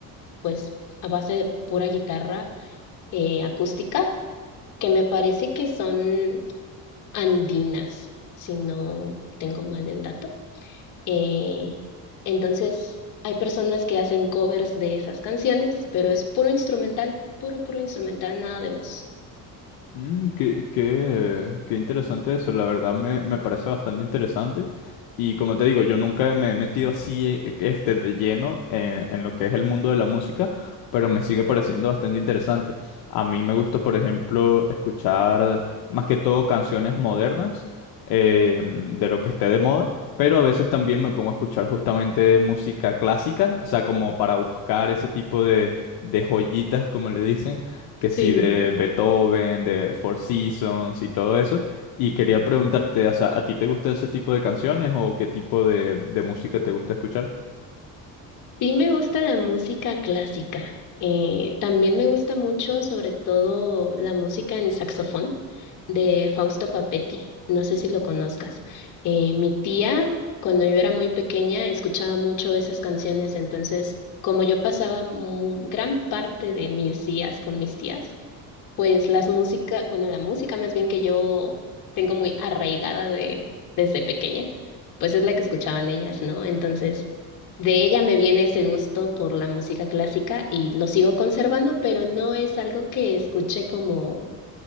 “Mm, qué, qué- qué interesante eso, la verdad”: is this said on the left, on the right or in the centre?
Left